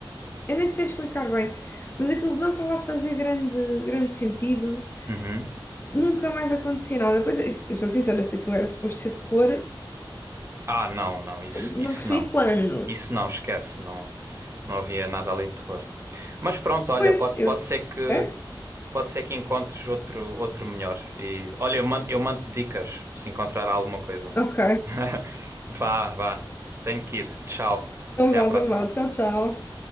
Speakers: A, on the left; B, on the right.
A: Eu nem sei explicar bem, mas aquilo não estava a fazer grande, grande sentido.
B: Uhum.
A: Nunca mais acontecia nada. Depois, eu sou sincera, se aquilo era suposto ser terror,
B: Ah, não, não, isso,
A: não
B: isso
A: percebi
B: não.
A: quando.
B: Isso não, esquece, não, não havia nada ali de terror. Mas pronto, olha,
A: Pois,
B: pode,
A: eu.
B: pode ser que
A: É?
B: pode ser que encontres outro outro melhor. E olha, eu mando, eu mando dicas se encontrar alguma coisa.
A: Ok.
B: <laughs> Vá, vá. Tenho que ir. Tchau.
A: Então
B: Até
A: vá,
B: à próxima.
A: então vá. Tchau, tchau.